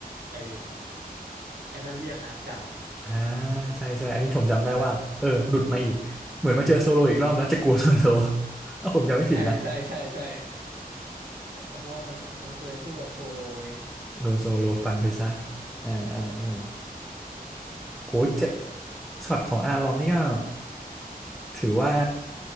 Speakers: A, on the right; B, in the centre.
A: ไอ้ไอ้นั่นเรียกฮัดจัง
B: อ่าใช่ใช่อันนี้ผมจำได้ว่าเออหลุดมาอีกเหมือนมาเจอโซโลอีกรอบแล้วจะกลัวโซโล <laughs> ถ้าผมจำไม่ผิดนะ
A: ใช่ใช่ใช่ใช่ เพราะว่ามันมันเคยสู้กับโซโลไง
B: <laughs> โดนโซโลฟันไปซะเออเออโอ้โหเจ็ดช็อตของอาลองนี่ก็ ถือว่า